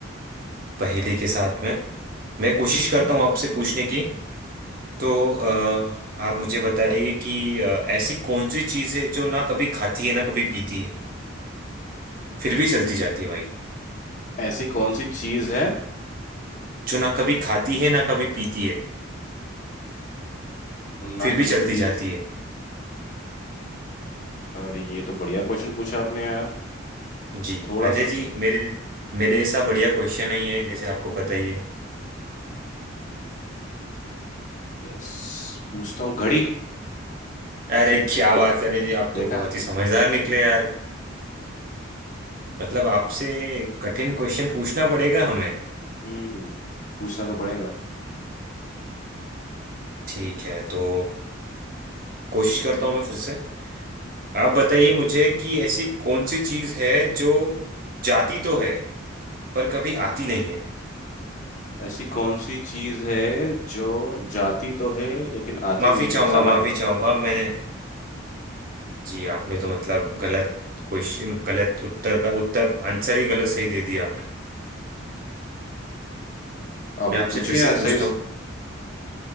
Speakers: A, on the right; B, on the left.
A: पहेली के साथ में मैं कोशिश करता
B: जी
A: हूँ आपसे पूछने की तो अ, आप मुझे बताइए कि अ, ऐसी कौन सी चीज़ है जो ना कभी खाती है ना कभी पीती है फिर भी चलती जाती है भाई
B: ऐसी कौन सी चीज है
A: जो ना कभी खाती है ना कभी पीती है
B: ना
A: फिर भी
B: कभी
A: चलती
B: पीत
A: जाती है
B: अरे ये तो बढ़िया क्वेश्चन पूछा आपने यार
A: जी
B: थोड़ा
A: अजय
B: सा
A: जी मेरे मेरे जैसा बढ़िया क्वेश्चन नहीं है जैसे आपको पता ही है
B: यस पूछता हूँ घड़ी
A: अरे क्या बात है अजय जी आप
B: देखा
A: तो बहुत ही समझदार निकले यार मतलब आपसे कठिन क्वेश्चन पूछना पड़ेगा हमें
B: हम्म पूछना तो पड़ेगा
A: ठीक है तो कोशिश करता हूँ मैं फिर से आप बताइए मुझे कि ऐसी कौन सी चीज है जो जाती तो है पर कभी आती नहीं है
B: ऐसी कौन सी चीज है जो जाती तो है लेकिन आती
A: माफी
B: नहीं
A: चाहूंगा
B: है समय
A: माफी चाहूंगा मैंने जी आपने तो मतलब गलत क्वेश्चन गलत उत्तर का उत्तर आंसर ही गलत सही दे दिया
B: अब
A: मैं आपसे
B: पूछिए
A: फिर से
B: ना सही
A: पूछता हूँ